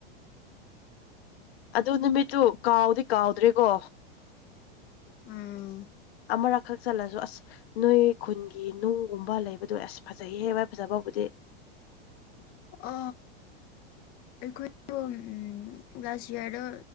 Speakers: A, on the left; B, on the left.
A: ꯑꯗꯨ ꯅꯨꯃꯤꯠꯇꯨ ꯀꯥꯎꯗꯤ ꯀꯥꯎꯗ꯭ꯔꯦꯀꯣ
B: ꯎꯝ
A: ꯑꯃꯔꯛꯈꯛ ꯆꯠꯂꯁꯨ ꯑꯁ ꯅꯣꯏ ꯈꯨꯟꯒꯤ ꯅꯨꯡꯒꯨꯝꯕ ꯂꯩꯕꯗꯨꯣ ꯑꯁ ꯐꯖꯩꯍꯦ ꯚꯏ ꯐꯖ ꯐꯕꯨꯗꯤ
B: ꯑ ꯑꯩꯈꯣꯏ ꯎ ꯂꯥꯁ ꯌꯌꯥꯔꯗ